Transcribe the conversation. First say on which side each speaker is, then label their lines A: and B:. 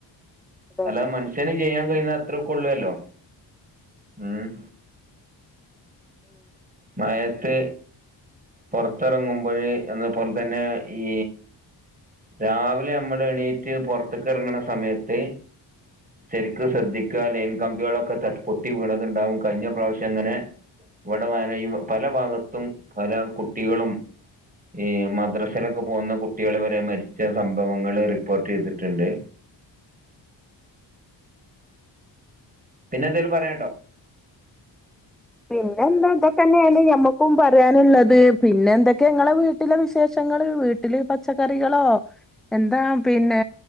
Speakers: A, in the centre; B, on the right.
A: അതെ
B: അല്ല മനുഷ്യന് ചെയ്യാൻ കഴിയഞ്ഞ അത്ര കൊള്ളുവല്ലോ ഉം
A: <unintelligible>
B: മയത്ത് പുറത്തിറങ്ങുമ്പോൾ അതുപോലെ തന്നെ ഈ രാവിലെ നമ്മള് എണീറ്റ് പുറത്തക്കിറങ്ങണ സമയത്ത് ചെരക്ക് ശ്രദ്ധിക്കാൽ ലൈൻ കമ്പികളൊക്കെ പൊട്ടി വീണതുണ്ടാവും കഴിഞ്ഞ പ്രാവശ്യം ഇങ്ങനെ ഇവിടെ വന പല ഭാഗത്തും പല കുട്ടികളും ഈ മദ്രാസിലൊക്കെ പോകുന്ന കുട്ടികൾ വരെ മരിച്ച സംഭവങ്ങൾ റിപ്പോർട്ട് ചെയ്തിട്ടുണ്ട് പിന്നെ എന്തേലും പറയാണ്ടോ
A: പിന്നെ എന്താ എതൊക്കെ തന്നെയാണ് ഞമ്മക്കും പറയാനുള്ളത് പിന്നെ എന്തൊക്കെ ങ്ങളെ വീട്ടിലെ വിശേഷങ്ങള് വീട്ടില് പച്ചക്കറികളോ എന്താ പിന്നെ